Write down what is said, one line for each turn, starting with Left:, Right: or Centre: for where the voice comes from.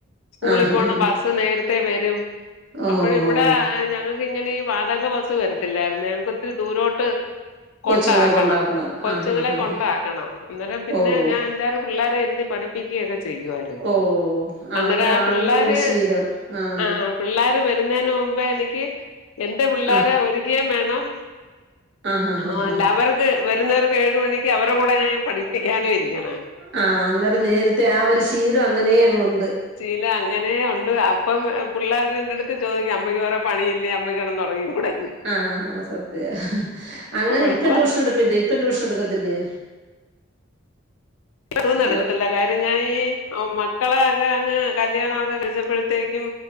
Left: സ്കൂളി
Right: ആഹ് ആഹ് ആഹ്
Left: പോണം ബസ്സ് നേരത്തെ വരും.
Right: ഓഹോ
Left: അപ്പഴി ഇവിടെ ആൻ. ഞങ്ങക്കിങ്ങനെ ഈ വാടക ബസ്സ് വരത്തില്ലാരുന്നു. ഞങ്ങക്ക് ഒത്തിരി ദൂരോട്ട്.. കൊണ്ടാക്കണം
Right: കൊച്ചുങ്ങളെ അത്
Left: കൊച്ചുങ്ങളെ
Right: ആഹ് ആഹ് ആഹ്
Left: കൊണ്ടാക്കണം അന്നേരം പിന്നെ
Right: ഓഹ്
Left: ഞാൻ അഞ്ചാറ് പിള്ളേരെ. ഇരുത്തി പഠി പ്പിക്കൊക്കെ. ചെയ്യുവായിരുന്നു.
Right: ഓഹ് ആഹ്
Left: അന്നേരം ആ പിള്ളേര്
Right: അങ്ങനെ ഒരു ശീലം ആഹ്
Left: ആ പിള്ളാര് വരുന്നേന് മുമ്പേ എനിക്ക്. എന്റെ പിള്ളാരെ.
Right: ആഹ്
Left: ഒരുക്കയും വേണം..
Right: ആഹ് ആഹ്
Left: ആ.
Right: ആഹ്
Left: അല്ല അവർക്ക് വരുന്നേർക്ക്. ഏഴു മണിക്ക് ക്ക് അവരുടെ. കൂടെ ഞാൻ പഠിപ്പിക്കാനും. ഇരിക്കണ..
Right: ആ അന്നേരം. നേരത്തെ ആ ഒരു ശീലം. അങ്ങനെയങ്ങുണ്ട്..
Left: ല്ല അങ്ങനെ ഒണ്ട്. അപ്പം പിള്ളേരെ ന്റെ അടുത്ത് ചോയിക്കും. അമ്മയ്ക്ക് വേറെ പണിയില്ലേ. അമ്മയ്ക്ക് കെടന്ന് ഒറങ്ങികുടെന്ന്..
Right: ആആ സത്യ. അങ്ങനെ
Left: വെളുപ്പാ
Right: ഇപ്പം ട്യൂഷൻ എടുപ്പില്ലേ. ഇപ്പം ട്യൂഷൻ എടുക്കത്തില്ലേ..
Left: <unintelligible> ന്നെടുക്കത്തില്ല
Right: ഹലോ
Left: കാര്യം. ഞാൻ ഈ മക്കളെ ഒക്കെ അങ്ങ് കല്യാണൊക്കെ കഴിച്ചപ്പഴത്തേക്കും..